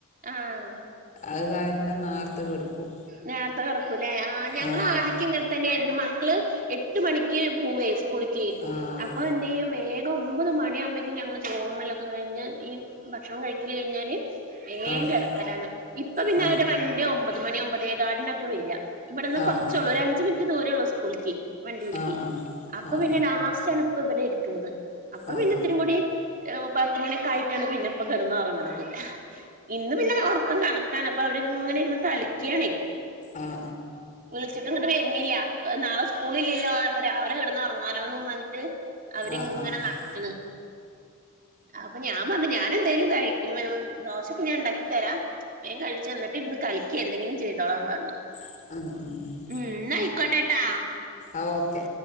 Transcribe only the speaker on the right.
ആഹ്
നേർത്ത കെടക്കും ലെ ആ ഞങ്ങളാദ്യക്കെ
ങ്ങനെതന്നെയ ആയിരുന്നു മക്കള് എട്ട് മണിക്ക് പോവേയ് സ്കൂളിക്ക്
അപ്പ എ യ്യും വേഗം ഒമ്പത് മണിയവുബോഴേക് ഞങ്ങള് ചോർണ്ണലൊക്കെ കഴിഞ്ഞ് ഈ ഭക്ഷണം കഴിക്കൽ കഴിഞ്ഞാല് വേം
കെടക്കലാണ് ഇപ്പൊ പിന്നെ
അവര് വണ്ടി രു ഒമ്പത് മണി ഒമ്പതേ കാൽനോക്കെ വര്യ ഇവിടന്ന്
കുറചോള്ളൂ
ഒരു അഞ്ച് മിനിറ്റ് ദൂരോള്ളൂ സ്കൂൾക്ക് വണ്ടിൾക്കി
അപ്പൊ
പിന്നെ ലാസ്റ്റ് ആണ് ഇപ്പ ഇവിടെടുക്കുന്നത് അപ്പൊ
പിന്നെ
ഇത്തിരിം കൂടി പത്ത് മണിയോക്കെയിട്ടാണ് പിന്നെപ്പ കിടന്ന ഒറങ്ങണത് ഇന്ന് പിന്നെ ഉറക്കം കണക്കാന് അപ്പൊ അവരിങ്ങനെരുന്ന് കളിക്കാണേ
വിളിച്ചിട്ട്ങ്ങട്ട് വര്ന്നില്ല നാളെ സ്കൂളില്ലല്ലോ അപ്പൊ രാവിലെ കിടന്ന് ഉറങ്ങാലോം ന്ന് പറഞ്ഞിട്ട് അവരിങ്ങനെ
നടക്ക്ണ് അപ്പൊ ഞാൻ പറഞ് ഞാൻെന്തേലും കഴിക്കും ദോശൊക്കെ ഞാൻ ണ്ടാക്കി തരാ വേം കഴിചോ ന്നിട്ട് ഇര്ന്ന് കളി ന്തെങ്കിലും ചെയ്തോളാംന്ന്
റഞ്ഞ ന്നാ ആയിക്കോട്ടേട്ടാ